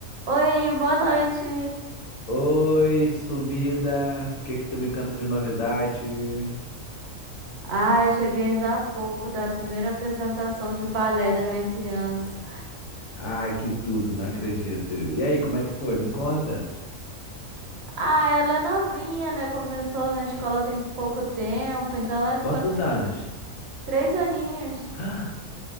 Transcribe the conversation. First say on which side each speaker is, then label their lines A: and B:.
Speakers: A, on the right; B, on the left.
A: Oi, boa noite.
B: Oi, sumida. O que é que tu me canta de novidade?
A: Ai, cheguei ainda há pouco da primeira apresentação de balé da minha criança.
B: Ai, que tudo, não acredito. E aí, como é que foi? Me conta.
A: Ah, ela é novinha, né? Começou na escola tem pouco tempo, então ela ficou
B: Quantos
A: assim,
B: anos? <gasps>
A: três aninhos.
B: Ah,